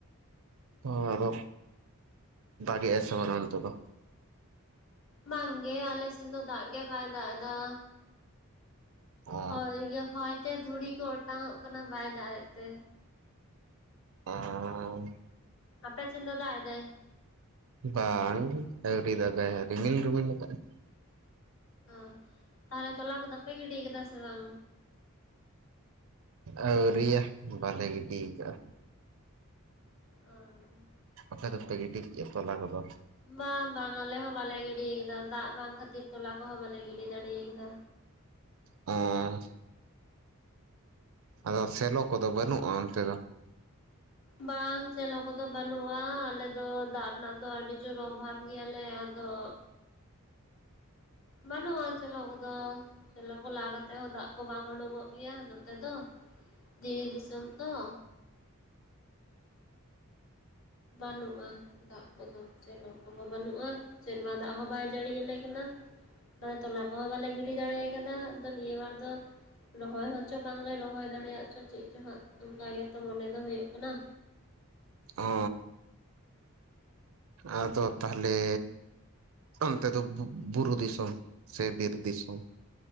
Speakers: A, on the right (about 70°); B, on the left (about 65°).
A: ᱚ ᱟᱫᱚ ᱫᱟᱜᱽ ᱜᱮ ᱟᱭ ᱥᱮ ᱵᱟᱝ ᱚᱱᱛᱮ ᱫᱚ?
B: ᱵᱟᱝ ᱜᱮ ᱟᱞᱮᱥᱮᱱ ᱫᱚ ᱫᱟᱜ ᱜᱮ ᱵᱟᱭ ᱫᱟᱜ ᱫᱟ᱾
A: ᱚ
B: ᱦᱳᱭ ᱤᱭᱟᱹ ᱦᱚᱭᱛᱮ ᱫᱷᱩᱲᱤ ᱠᱚ ᱚᱴᱟᱝ ᱚᱜ ᱠᱟᱱᱟ ᱵᱟᱭ ᱫᱟᱜ ᱮᱜ ᱛᱮ᱾
A: ᱚᱸ
B: ᱟᱯᱮ ᱪᱮᱱ ᱫᱚ ᱫᱟᱜ ᱮᱫᱟᱭ?
A: ᱵᱟᱝ ᱜᱮ ᱟᱹᱣᱨᱤ ᱫᱟᱜᱟᱭ ᱦᱟᱸᱜ ᱨᱤᱢᱤᱞ ᱨᱤᱢᱤᱞ ᱞᱟᱠᱟ ᱟᱭ᱾
B: ᱚ ᱛᱟᱦᱞᱮ ᱛᱚᱞᱟ ᱠᱚᱫᱚ ᱯᱮ ᱜᱤᱰᱤᱭ ᱠᱟᱫᱟ ᱥᱮ ᱵᱟᱝ?
A: ᱟᱹᱣᱨᱤᱭᱟ ᱵᱟᱞᱮ ᱜᱤᱰᱤᱭᱠᱟᱜ-ᱟ᱾
B: ᱟᱸ
A: ᱟᱯᱮ ᱫᱚᱯᱮ ᱜᱤᱰᱤ ᱠᱮᱜ-ᱟ ᱛᱚᱞᱟ ᱠᱚᱫᱚ?
B: ᱵᱟᱢ ᱵᱟᱝ ᱟᱞᱮ ᱦᱚᱸ ᱵᱟᱞᱮ ᱜᱤᱰᱤᱭ ᱠᱟᱫᱟ ᱫᱟᱜ ᱵᱟᱝ ᱠᱷᱟᱹᱛᱤᱨ ᱛᱚᱞᱟ ᱠᱚᱦᱚᱸ ᱵᱟᱞᱮ ᱜᱤᱰᱤ ᱫᱟᱹᱲᱤᱭ ᱠᱟᱫᱟ᱾
A: ᱚᱸ ᱟᱫᱚ ᱥᱮᱞᱚ ᱠᱚᱫᱚ ᱵᱟᱹᱱᱩᱜ-ᱟ ᱚᱱᱛᱮ ᱫᱚ?
B: ᱵᱟᱝ ᱪᱮᱞᱚ ᱠᱚᱫᱚ ᱵᱟᱹᱱᱩᱜ-ᱟ ᱟᱞᱮ ᱫᱚ ᱫᱟᱜ ᱨᱮᱱᱟᱜ ᱫᱚ ᱟᱹᱰᱤ ᱡᱳᱨ ᱚᱵᱷᱟᱵ ᱜᱮᱭᱟᱞᱮ ᱟᱫᱚ ᱵᱟᱹᱱᱩᱜ-ᱟ ᱪᱮᱞᱚ ᱠᱚᱫᱚ᱾ ᱪᱮᱞᱚ ᱠᱚ ᱞᱟ ᱠᱟᱛᱮ ᱦᱚᱸ ᱫᱟᱜ ᱠᱚ ᱵᱟᱝ ᱩᱰᱩᱠᱚᱜ ᱜᱮᱭᱟ ᱱᱚᱛᱮ ᱫᱚ᱾ ᱫᱤᱨᱤ ᱫᱤᱥᱚᱢ ᱛᱚ, ᱵᱟᱹᱱᱩᱜ-ᱟ᱾ ᱫᱟᱜ ᱠᱚᱫᱚ ᱪᱮᱞᱚ ᱠᱚᱦᱚᱸ ᱵᱟᱹᱱᱩᱜ-ᱟ ᱥᱮᱨᱢᱟ ᱫᱟᱜ ᱦᱚᱸ ᱵᱟᱭ ᱡᱟᱹᱲᱤ ᱭᱟᱞᱮ ᱠᱟᱱᱟ᱾ ᱫᱚ ᱛᱚᱞᱟ ᱠᱚᱦᱚᱸ ᱵᱟᱞᱮ ᱜᱤᱰᱤ ᱫᱟᱲᱮᱭ ᱠᱟᱫᱟ ᱟᱫᱚ ᱱᱤᱭᱟᱹ ᱵᱟᱨ ᱫᱚ᱾ ᱨᱚᱦᱚᱭ ᱦᱚᱸᱪᱚ ᱵᱟᱝᱞᱮ ᱨᱚᱦᱚᱭ ᱫᱟᱲᱮᱭᱟᱜ ᱪᱚ ᱪᱮᱫ ᱪᱚ ᱦᱟᱸᱜ ᱚᱱᱠᱟ ᱜᱮᱛᱚ ᱢᱚᱱᱮ ᱫᱚ ᱦᱳᱭᱳᱜ ᱠᱟᱱᱟ᱾
A: ᱚ ᱟᱫᱚ ᱛᱟᱦᱞᱮ ᱚᱱᱛᱮ ᱫᱚ ᱵᱩᱨᱩ ᱫᱤᱥᱚᱢ ᱥᱮ ᱵᱤᱨ ᱫᱤᱥᱚᱢ?